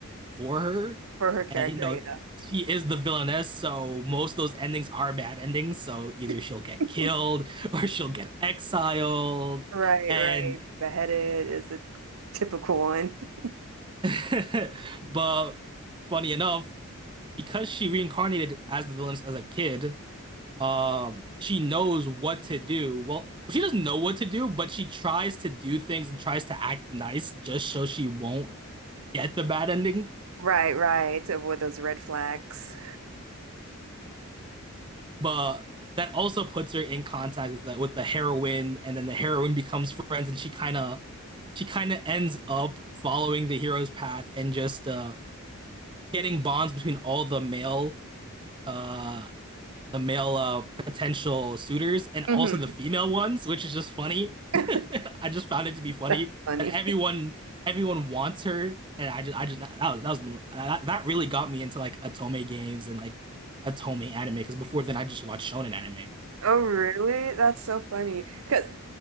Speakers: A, on the right; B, on the right.
A: for her.
B: For her character,
A: And you know, she is the villainess, so most of those endings are bad endings. So either
B: yeah.
A: she'll get
B: <laughs>
A: killed <laughs> or she'll get exiled.
B: Right,
A: And
B: right. Beheaded is a typical one. <laughs>
A: <laughs> but funny enough, because she reincarnated as the villainess as a kid, um she knows what to do. Well, she doesn't know what to do, but she tries to do things and tries to act nice just so she won't get the bad ending.
B: Right, right. To Avoid those red flags.
A: But that also puts her in contact with the, with the heroine, and then the heroine becomes friends, and she kind of she kind of ends up following the hero's path and just uh, getting bonds between all the male uh the male uh, potential suitors and
B: hmm
A: also the female ones, which is just funny.
B: <laughs>
A: <laughs> I just found it to be funny
B: That's funny.
A: that everyone everyone wants her, and I just I just that, was that was one of- uh, that, that really got me into like Otome games and like Otome anime because before then I just watched shonen anime.
B: Oh, really? That's so funny. Because